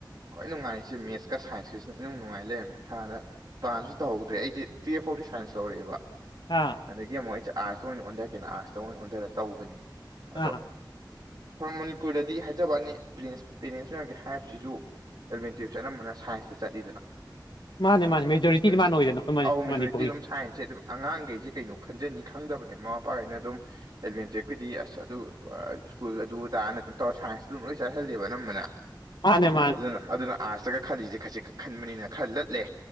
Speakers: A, on the right; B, on the left.
A: ꯈ꯭ꯋꯥꯏ ꯅꯨꯡꯉꯥꯏꯔꯤꯁꯦ ꯃꯦꯠꯁꯀ ꯁꯥꯏꯟꯁꯀꯁꯤꯅ ꯏꯅꯨꯡ ꯅꯨꯡꯉꯥꯏ ꯂꯩꯔꯝꯃꯦ ꯍꯥꯟꯅ ꯄ꯭ꯂꯥꯟꯁꯨ ꯇꯧꯍꯧꯗ꯭ꯔꯦ ꯑꯩꯁꯦ ꯇꯨꯌꯦꯐ ꯐꯥꯎꯗꯤ ꯁꯥꯏꯟꯁ ꯂꯧꯔꯛꯑꯦꯕ
B: ꯑꯥ
A: ꯑꯗꯒꯤ ꯑꯃꯨꯛ ꯑꯩꯁꯦ ꯑꯥꯔꯠꯁꯇ ꯑꯣꯏꯅ ꯑꯣꯟꯊꯒꯦꯅ ꯑꯥꯔꯠꯁꯇ ꯑꯣꯏꯅ ꯑꯣꯟꯊꯔꯒ ꯇꯧꯕꯅꯦ ꯑꯗꯣ
B: ꯑꯥ
A: ꯃꯅꯤꯄꯨꯔꯗꯗꯤ ꯍꯥꯏꯖꯕ ꯋꯥꯅꯤ ꯄꯦꯔꯦꯟ ꯄꯦꯔꯦꯟꯁ ꯃꯌꯥꯝꯒꯤ ꯍꯥꯏꯕꯁꯤꯁꯨ ꯑꯦꯂꯕꯦꯟ ꯇꯨꯋꯦꯞ ꯑꯅꯝꯕꯅ ꯁꯥꯏꯟꯁꯇ ꯆꯠꯂꯤꯗꯅ
B: ꯃꯥꯅꯦ ꯃꯥꯅꯦ ꯃꯦꯖꯣꯔꯤꯇꯤꯗꯤ
A: ꯎꯝ
B: ꯃꯥꯅ ꯑꯣꯏꯗꯅ ꯑꯩꯈꯣꯏ ꯃꯅꯤ
A: ꯑꯧ ꯃꯦꯖꯣꯔꯤꯇꯤ
B: ꯃꯅꯤꯄꯨꯔꯒꯤ
A: ꯑꯗꯨꯝ ꯁꯥꯏꯟꯁꯁꯦ ꯑꯗꯨꯝ ꯑꯉꯥꯡꯈꯩꯁꯦ ꯀꯩꯅꯣ ꯈꯟꯖꯅꯤ ꯈꯪꯗꯕꯅꯦ ꯃꯃꯥ ꯃꯄꯥꯈꯩꯅ ꯑꯗꯨꯝ ꯑꯦꯂꯕꯦꯟ ꯇꯨꯋꯜꯞꯀꯤꯗꯤ ꯑꯁ ꯑꯗꯨ ꯁ꯭ꯀꯨꯜ ꯑꯗꯨ ꯑꯗꯥꯑꯅ ꯑꯗꯨꯝ ꯇꯧꯔ ꯁꯥꯏꯟꯁꯇ ꯑꯗꯨꯝ ꯂꯣꯏ ꯆꯠꯍꯜꯂꯦꯕ ꯑꯅꯝꯕꯅ
B: ꯃꯥꯅꯦ ꯃꯥꯅꯦ
A: ꯑꯗꯨꯅ ꯑꯗꯨꯅ ꯑꯥꯔꯠꯁꯇꯒ ꯈꯜꯂꯤꯁꯦ ꯈꯖꯤꯛ ꯈꯛ ꯈꯟꯕꯅꯤꯅ ꯈꯔ ꯂꯠꯂꯦ